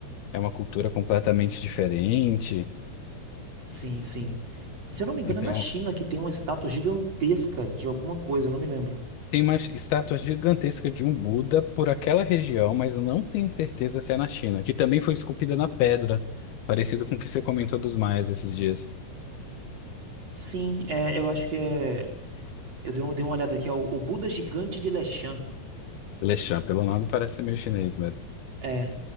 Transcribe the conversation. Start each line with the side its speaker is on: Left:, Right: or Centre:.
Left: É uma cultura completamente diferente.
Right: Sim, sim. Se eu não me engano,
Left: Então,
Right: é na China que tem uma estátua gigantesca de alguma coisa, eu não me lembro.
Left: tem uma estátua gigantesca de um Buda por aquela região, mas eu não tenho certeza se é na China, que também foi esculpida na pedra, parecido com o que você comentou dos maias esses dias.
Right: Sim, é, eu acho que é. Eu dei, uma- dei uma olhada aqui, é o, o Buda Gigante de Leshan.
Left: Lechã, pelo nome, parece ser meio chinês mesmo.
Right: É,